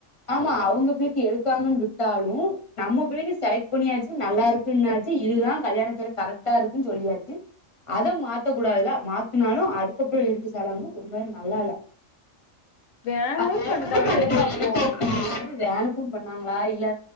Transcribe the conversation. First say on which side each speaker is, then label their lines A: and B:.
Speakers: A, on the left; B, on the left.
A: ஆமா அவுங்க பிள்டி எடுத்தாங்கன்னு விட்டாலும் நம்ம புள்ளைக்கு செலக்ட் பண்ணியாச்சு நல்லா இருக்குன்னாச்சு இதுதான் கல்யாண சேல கரெக்டா இருக்குன்னு சொல்லியாச்சு அத மாத்த கூடாதுல்ல மாத்துனாலும் அதுக்கப்பறோ எடுத்த செலவும் ஒரு மாரி நல்லா இல்ல
B: வேணுன்னு
A: அது வேன்னும்
B: பண்ணுதாங்க
A: வந்துட்டாங்க
B: எனக்கு அப்போ
A: இத காட்ட வானும் ஃபோன் பண்ணாங்களா இல்ல